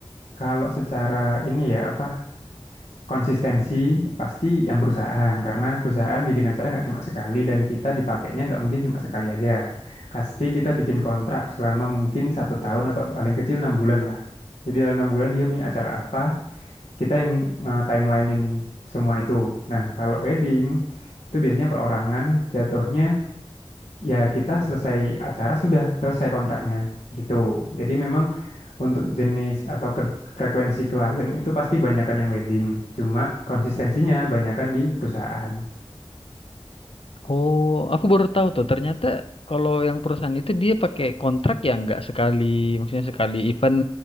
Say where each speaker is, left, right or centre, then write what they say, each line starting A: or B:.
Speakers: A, on the left; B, on the left.
A: kalau secara ini ya apa Konsistensi pasti yang perusahaan karena perusahaan bikin acara nggak cuma sekali dan kita dipakainya nggak mungkin cuma sekali aja. Pasti kita bikin kontrak selama mungkin satu tahun atau paling kecil enam bulan lah. Jadi dalam enam bulan dia punya acara apa, kita yang eh, timelinein semua itu. Nah kalau wedding itu biasanya perorangan jatuhnya ya kita selesai acara sudah selesai kontraknya gitu. Jadi memang untuk jenis atau ke- frekuensi klien itu pasti banyakan yang wedding. Cuma konsistensinya banyakan di perusahaan.
B: Oh, aku baru tahu tuh. Ternyata kalau yang perusahaan itu dia pakai kontrak yang nggak sekali, maksudnya sekali event,